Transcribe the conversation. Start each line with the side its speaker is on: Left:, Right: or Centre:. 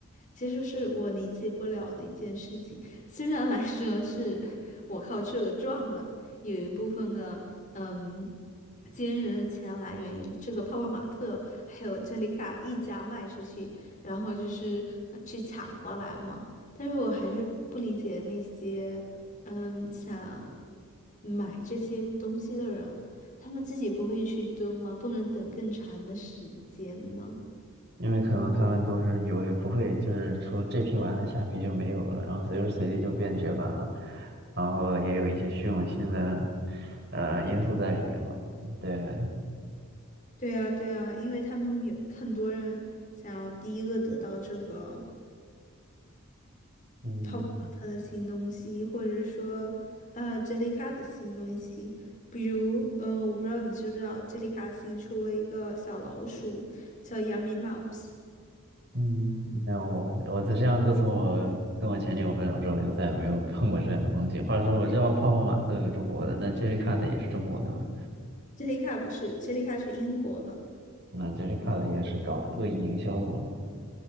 Left: 其实是我理解不了的一件事情，虽然来说是我靠这个赚的，有一部分的嗯，今日的钱来源于这个泡泡玛特还有珍妮卡一家卖出去，然后就是呃去抢过来嘛。但是我还是不理解那些，嗯，想买这些东西的人，他们自己不会去蹲吗？不能等更长的时间吗？
Right: 因为可能他们都是以为不会，就是出这批完了，下批就没有了，然后随时随地就变绝版了，然后也有一些虚荣心的呃因素在里面吧。对，
Left: 对啊，对啊，因为他们有很多人想要第一个得到这个
Right: 嗯，
Left: 泡泡玛特的新东西，或者说，呃，杰丽卡的新东西。比如，嗯，我不知道你知不知道，杰丽卡新出了一个小老鼠，叫 Yummy Mouse。
Right: 嗯，没有，我我只样自从我跟我前女友分手之后，就再也没有碰过这样的东西。话说，我知道泡泡玛特是中国的，那 Jellycat 也是中国的嘛？
Left: 杰丽卡不是，杰丽卡是英国的。
Right: 那 Jellycat 也是搞恶意营销的嘛？